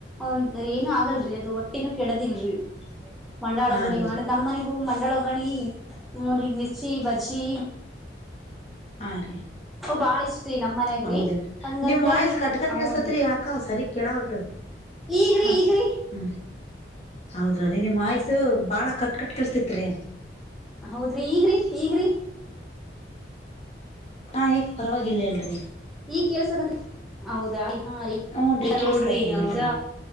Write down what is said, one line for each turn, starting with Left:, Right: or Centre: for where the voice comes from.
Centre: ಒಂದ್ ಏನು ಆಗಲ್ರರಿ ಅದುವಟ್ <unintelligible> ಕೆಡದಿಲ್ರಿ ಮಂಡಾಳ
Left: ಹಾ
Centre: ಒಗ್ಗರಣಿ
Left: ರೀ
Centre: ನಮ್ಮನಿಗೂ ಮಂಡಾಳ ಗಣಿ ನೋಡ್ರಿ ಮಿರ್ಚಿ ಬಜ್ಜಿ
Left: ಹಾ ರೀ
Centre: ಬಾಳ ಇಷ್ಟ್ರೀ ನಮ್ ಮನ್ಯಾಗ್ರಿ
Left: ಹೌದೇನ್ರಿ
Centre: ಹಂಗಂತ
Left: ನಿಮ್ ವಾಯ್ಸ್
Centre: ಹೇಳಿ
Left: ಕಟ್ ಕಟ್
Centre: ಅವನ್ರಿ
Left: ಕೇಳಸತ್ರಿ ಯಾಕ ಸರಿ ಕೇಳವಲ್ರಿ
Centre: ಈಗ್ರಿ
Left: ಹ
Centre: ಈಗ್ರಿ
Left: ಹಾ ರೀ ಹೌದ್ರ ರೀ ನಿಮ್ಮ್ ವಾಯ್ಸ್ ಬಾಳ ಕಟ್ ಕಟ್ ಕೆಳಸ್ತಿತ್ರಿ
Centre: ಹೌದ್ರಿ ಈಗ್ರಿ ಈಗ್ರಿ
Left: ಹಾ ಈಗ ಪರವಾಗಿಲ್ಲ ಹೇಳ್ರಿ
Centre: ಈಗ ಕೆಲ್ಸತದ್ರಿ ಹೌದಾ ಹಾ ರೀ
Left: ಹೂನ್ರಿ
Centre: ಈಗ
Left: ಕೇಳಸ್ತತ್ರಿ
Centre: ನೋಡ್ರಿ
Left: ಹೇಳ್ರಿ
Centre: ದ